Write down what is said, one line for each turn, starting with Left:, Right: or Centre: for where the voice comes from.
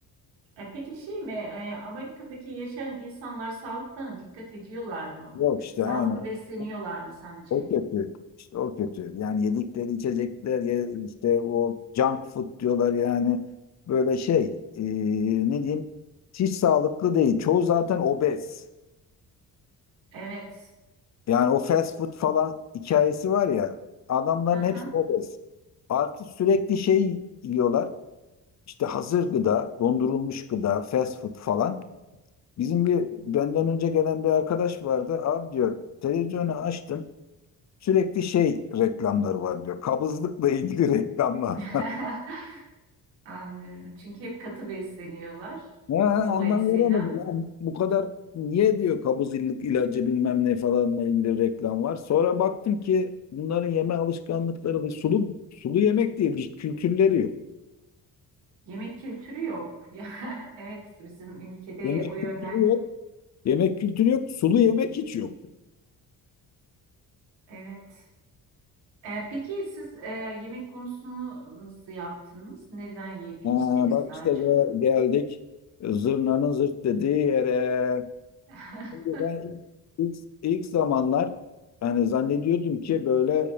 Right: e, peki şey mi e, Amerika'daki yaşayan insanlar sağlıklarına dikkat ediyorlar mı?
Left: Yok işte
Right: Sağlıklı
Left: aynen.
Right: besleniyorlar
Left: O,
Right: mı sence?
Left: o kötü. İşte o kötü. Yani yedikleri içecekler ye- işte o junk food diyorlar yani. Böyle şey e, ne diyeyim hiç sağlıklı değil. Çoğu zaten obez.
Right: Evet.
Left: Yani o fast food falan hikayesi var ya adamların
Right: Hı hı.
Left: hepsi obez. Artı sürekli şey yiyorlar. İşte hazır gıda, dondurulmuş gıda, fast food falan. Bizim bir benden önce gelen bir arkadaş vardı. Abi diyor televizyonu açtım. Sürekli şey reklamları var diyor. Kabızlıkla ilgili <laughs> reklamlar.
Right: <laughs> Anlıyorum. Çünkü hep katı besleniyorlar.
Left: Ya anlam
Right: Dolayısıyla
Left: veremedim ya. Bu kadar niye diyor kabızlık ilacı bilmem ne falanla ilgili reklam var. Sonra baktım ki bunların yeme alışkanlıkları ve sulu sulu yemek diye bir kültürleri yok.
Right: yemek kültürü yok. <laughs> Ya evet bizim ülkede
Left: Yemek
Right: o yönden
Left: kültürü yok. Yemek kültürü yok. Sulu yemek hiç yok.
Right: evet. Ee, peki siz e, yemek konusunu nasıl yaptınız? Nereden yiyip
Left: Ha,
Right: içtiniz
Left: bak
Right: daha
Left: işte
Right: çok?
Left: gel- geldik zırnanın zırt dediği yere.
Right: <laughs>
Left: Şimdi ben ilk, ilk, ilk zamanlar hani zannediyordum ki böyle